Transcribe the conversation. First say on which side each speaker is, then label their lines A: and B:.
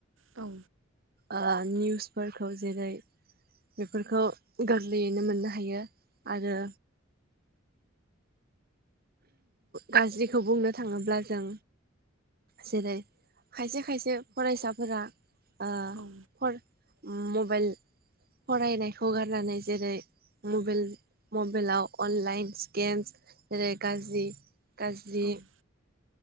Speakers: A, on the right; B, on the right.
A: औ
B: ओ निउसफोर जेरै बेफोरखौ गोरलैयैनो मोननो हायो आरो। गाज्रिखौ बुंनो थाङोब्ला जों जेरै खायसे खायसे फरायसाफोरा ओ
A: औ
B: मबेइल फरायनायखौ गारनानै जेरै मबेइल मबेइलाव अनलाइनस गेमस जेरै गाज्रि गाज्रि
A: औ